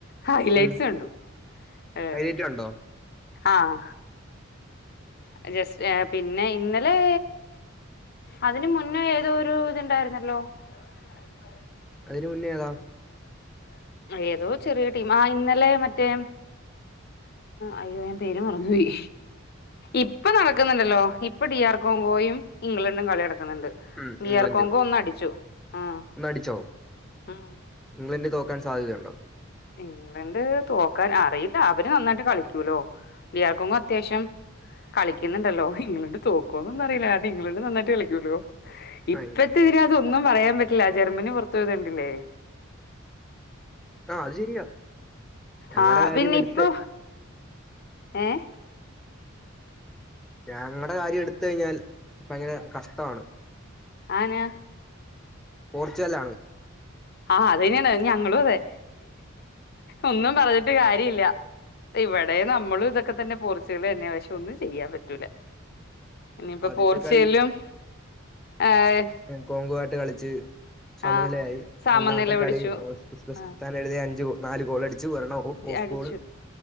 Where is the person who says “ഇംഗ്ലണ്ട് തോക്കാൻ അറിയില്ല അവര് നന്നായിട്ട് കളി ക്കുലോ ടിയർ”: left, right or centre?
Left